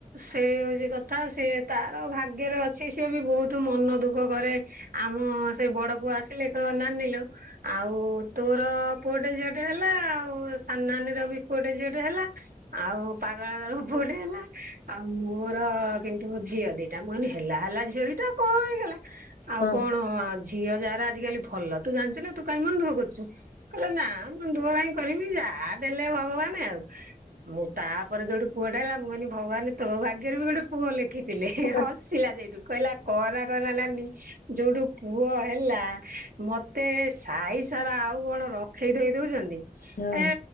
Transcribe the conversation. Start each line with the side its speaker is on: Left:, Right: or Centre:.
Right: ସେ ହୋଉଛି କଥା, ସିଏ ତାର ଭାଗ୍ୟରେ ଅଛି, ସିଏ ବି ଭୋଉତ ମନ ଦୁଃଖ କରେ। ଆମ ସେ ବଡ ପୁଅ ଆସିଲେ କଇବ ନାନି ଲୋ ଆଉ ତୋର ପୁଅଟେ, ଝିଅଟେ ହେଲା ଆଉ, ସାନ ନାନୀ ର ବି ପୁଅଟେ, ଝିଅଟେ ହେଲା। ଆଉ ପାଗଳା ବେଳୁକୁ ପୁଅଟିଏ ହେଲା। ଆଉ ମୋର କିନ୍ତୁ ଝିଅ ଦିଟା, ମୁଁ କଇଲି ହେଲା ହେଲା ଝିଅ ଦିଟା କଁ ହେଇଗଲା। ଆଉ
Left: ହଁ
Right: କଣ ଝିଅ ଯାହାର ଆଜିକାଲି ଭଲ ତୁ ଜାଣଚୁ ନା ତୁ କାଇଁ ମନ୍ ଦୁଃଖ କରଚୁ। କହିଲେ ନା ମନ୍ ଦୁଃଖ କାଇଁ କରିବି ଯା ଦେଲେ ଭଗବାନ୍ ଆଉ। ମୁଁ ତାପରେ ଯୋଉଠି ପୁଅଟା ହେଲା ମୁଁ କହିଲି ଭଗବାନ ତୋ ଭାଗ୍ୟରେ ବି ଗୋଟେ। ପୁଅ ଲେଖିଥିଲେ
Left: ହଁ।
Right: ହସିଲା ଯେଠୁ କହିଲା କଅନା କଅନା ନାନି। ଯୋଉଠୁ ପୁଅ ହେଲା ମତେ ସାହି ସାରା ଆଉ କଣ ରଖେଇ ଥୋଇ ଦଉଛନ୍ତି।
Left: ହୁଁ
Right: ଏ